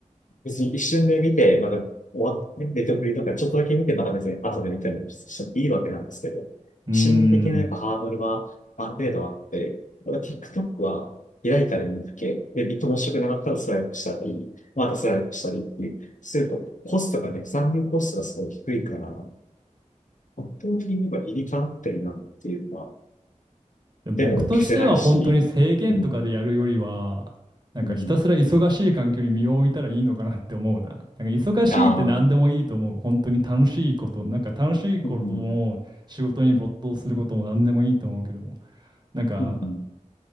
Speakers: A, on the left; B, on the right.
A: 別に一瞬で見て、まだ終わって、ネットフリとかちょっとだけ見て、また別に後で見たりもしてもいいわけなんですけど、
B: うーん。
A: 心理的なやっぱハードルはある程度あって、ただ TikTok は開いたらいいだけ、で、ビット面白くなかったらスライプしたり、またスライプしたりっていうすると、コストがね、残留コストがすごい低いから、圧倒的にやっぱ理にかなってるなっていうのは、
B: でも僕としては本当に制限とかでやるよりは、
A: でも消せないし、うん、
B: なんかひたすら忙しい環境に身を置いたらいいのかなって思うな。
A: うん、
B: なんか忙しいって何でもいいと思う。
A: ああ、
B: 本当に楽しいこと、なんか楽しいことも仕事に没頭することも何でもいいと思うけど、
A: うん、
B: なんか
A: うん。